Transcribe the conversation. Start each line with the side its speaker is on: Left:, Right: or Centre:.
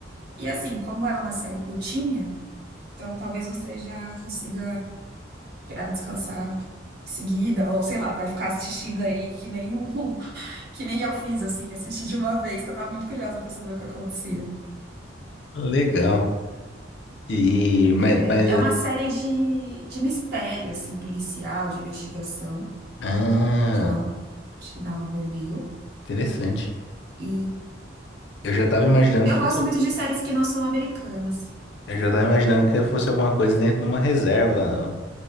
Right: E assim, como ela é uma série curtinha, então talvez você já consiga já descansar em seguida, ou sei lá, vai ficar assistindo aí que nem um. Que nem eu fiz, assim, assisti de uma vez, que eu tava muito curiosa pra saber o que acontecia.
Left: Legal. E, mas,
Right: É
Left: mas...
Right: é uma série de, de mistério, assim, policial, de investigação,
Left: Ah,
Right: só te dar um overview.
Left: interessante.
Right: E
Left: Eu já tava imaginando
Right: eu
Left: que fosse
Right: gosto muito de séries que não são americanas.
Left: Eu já tava imaginando que fosse alguma coisa dentro de uma reserva,